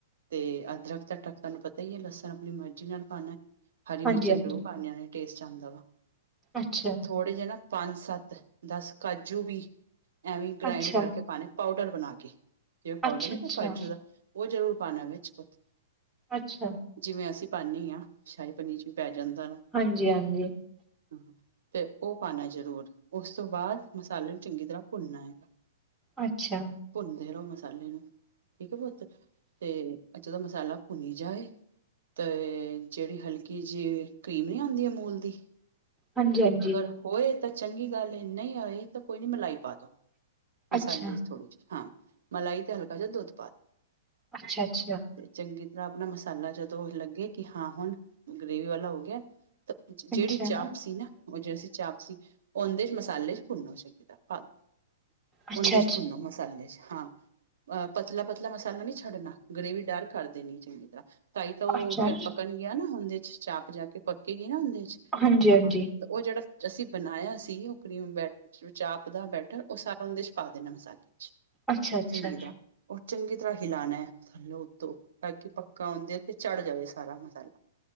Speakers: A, on the right (about 75°); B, in the centre.
A: ਤੇ ਅਦਰਕ ਦਾ ਢੱਕਣ ਪਤਾ ਈ ਐ। ਲਸਣ ਆਪਣੀ ਮਰਜੀ ਨਾਲ ਪਾਣਾ। ਹਰੀ ਮਿਰਚਾਂ
B: ਹਾਂਜੀ, ਹਾਂਜੀ।
A: ਜ਼ਰੂਰ ਪਾਣੀਆਂ ਨੇ, ਟੇਸਟ ਆਂਦਾ ਵਾ
B: ਅੱਛਾ,
A: ਤੇ ਥੋੜ੍ਹੇ ਜੇ ਨਾ ਪੰਜ-ਸੱਤ ਦਸ ਕਾਜੂ ਵੀ। ਐਵੇਂ ਗ੍ਰਾਇੰਡ
B: ਅੱਛਾ,
A: ਕਰਕੇ ਪਾਣੇ ਪਾਊਡਰ ਬਣਾ ਕੇ। ਤੇ ਪਾਊਡਰ
B: ਅੱਛਾ,
A: ਨਈਂ
B: ਅੱਛਾ।
A: ਤੇ ਕਾਜੂ ਦਾ। ਓ ਜ਼ਰੂਰ ਪਾਣਾ ਵਿੱਚ ਕ
B: ਅੱਛਾ।
A: ਜਿਵੇਂ ਅਸੀਂ ਪਾਣੇ ਈ ਆਂ। ਸ਼ਾਹੀ ਪਨੀਰ ਚ ਵੀ ਪੈ ਜਾਂਦਾ ਨਾਂ।
B: ਹਾਂਜੀ ਹਾਂਜੀ।
A: ਹਂ ਤੇ ਓ ਪਾਣਾ ਜ਼ਰੂਰ। ਉਸ ਤੋਂ ਬਾਅਦ ਮਸਾਲੇ ਨੂੰ ਚੰਗੀ ਤਰ੍ਹਾਂ ਭੁੰਨਣਾ।
B: ਅੱਛਾ।
A: ਭੁੰਨਦੇ ਰੋ ਮਸਾਲੇ ਨੂੰ, ਠੀਕ ਐ ਪੁੱਤ? ਤੇ ਜਦੋਂ ਮਸਾਲਾ ਭੁੰਨੀ ਜਾਏ ਤੇ ਜੇੜੀ ਹਲਕੀ ਜੀ ਕ੍ਰੀਮ ਨੀਂ ਆਂਦੀ ਅਮੂਲ ਦੀ
B: ਹਾਂਜੀ ਹਾਂਜੀ।
A: ਅਗਰ ਹੋਏ ਤਾਂ ਚੰਗੀ ਗੱਲ ਏ ਨਈ ਹੋਏ ਤਾਂ ਕੋਈ ਨੀਂ ਮਲਾਈ ਪਾ ਦੋ। ਮਸਾਲੇ
B: ਅੱਛਾ।
A: ਚ ਥੋੜ੍ਹੀ ਜੀ ਹਾਂ, ਮਲਾਈ ਤੇ ਹਲਕਾ ਜਿਆ ਦੁੱਧ ਪਾ ਦੋ
B: ਅੱਛਾ ਅੱਛਾ।
A: ਤੇ ਚੰਗੀ ਤਰ੍ਹਾਂ ਆਪਣਾ ਮਸਾਲਾ ਜਦੋਂ ਲੱਗੇ ਕਿ ਹਾਂ ਹੁਣ ਗ੍ਰੇਵੀ ਵਾਲਾ ਹੋ ਗਿਆ। ਤੇ ਜੇੜੀ
B: ਅੱਛਾ।
A: ਚਾਪ ਸੀ ਨਾ ਓ ਜੈਸੀ ਚਾਪ ਸੀ। ਉਹਂਦੇ ਚ ਮਸਾਲੇ ਚ ਭੁੰਨੋ ਚੰਗੀ ਤਰ੍ਹਾਂ ਪਾ ਦ
B: ਅੱਛਾ-ਅੱਛਾ,
A: ਉਹਂਦੇ ਚ ਭੁੰਨੋ ਮਸ ਮਸਾਲੇ ਚ ਹਾਂ, ਅਹ ਪਤਲਾ-ਪਤਲਾ ਮਸਾਲਾ ਨਈਂ ਛੱਡਣਾ, ਗ੍ਰੇਵੀ ਡਾਰਕ ਕਰ ਦੇਣੀ ਚੰਗੀ ਤਰ੍ਹਾਂ। ਤਾਈ ਤਾਂ ਓ
B: ਅੱਛਾ।
A: ਫੇਰ ਪਕਣ ਗੀਆਂ ਨਾ ਓਹਦੇ ਚ, ਚਾਪ ਜਾ ਕੇ ਪਕੇਗੀ ਨਾ ਓਹਦੇ ਚ
B: ਹਾਂਜੀ-ਹਾਂਜੀ,
A: ਹਾਂ। ਤੇ ਓ ਜੇੜਾ ਅਸੀਂ ਬਣਾਇਆ ਸੀ ਕ੍ਰੀਮ ਬੈ ਚਾਪ ਦਾ ਬੈਟਰ ਉਹ ਸਾਰਾ ਉਹਂਦੇ ਚ ਪਾ ਦੇਣਾ ਮਸਾਲੇ ਚ।
B: ਅੱਛਾ-ਅੱਛਾ,
A: ਚੰਗੀ ਤਰਾਂ, ਓ ਚੰਗੀ ਤਰ੍ਹਾਂ ਹਿਲਾਣਾ ਐ। ਥੱਲੋ ਉੱਤੋਂ ਤਾਂ ਕਿ ਪੱਕਾ ਹੁੰਦਿਆਂ ਤੇ ਝੜ ਜਾਵੇ ਸਾਰਾ ਮਸਾਲਾ